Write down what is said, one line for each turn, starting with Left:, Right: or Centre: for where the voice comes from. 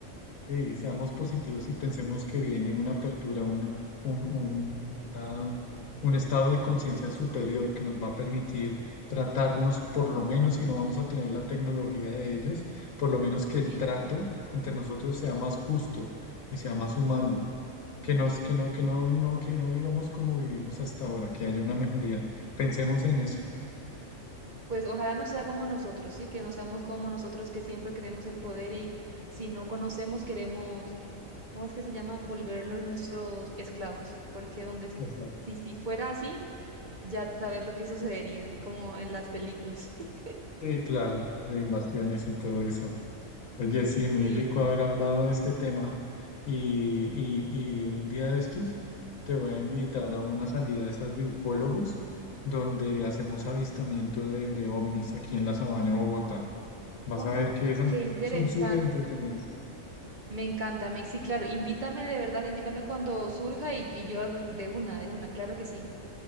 Left: Sí, seamos positivos y pensemos que viene una apertura, un, un, un, una- un estado de conciencia superior que nos va a permitir tratarnos, por lo menos si no vamos a tener la tecnología de ellos, por lo menos que el
Right: Sí,
Left: trato entre nosotros sea más justo y sea más humano, que nos, que no, que no, no, que no vivamos como vivimos hasta ahora, que haya una mejoría. Pensemos en eso.
Right: pues ojalá no sea como nosotros, sí, que no seamos como nosotros que siempre queremos el poder y si no conocemos queremos, ¿cómo es que se llama? Volverlos nuestros esclavos, porque donde es-
Left: Exacto.
Right: si si fuera así, ya sabes lo que sucedería, como en las películas. <laughs>
Left: Sí, claro, de invasiones y todo eso. Oye, sí, muy
Right: Sí,
Left: rico haber hablado de este tema y, y- y un día de estos te voy a invitar a una salida de esas de ufólogos donde hacemos avistamiento de, de ovnis aquí en la sabana de Bogotá. Vas
Right: uh,
Left: a ver que esas
Right: qué interesante,
Left: son súper entretenidos.
Right: me encanta, me, sí, claro, invítame de verdad, invítame cuando surja y, y yo de de una, de una, claro que sí.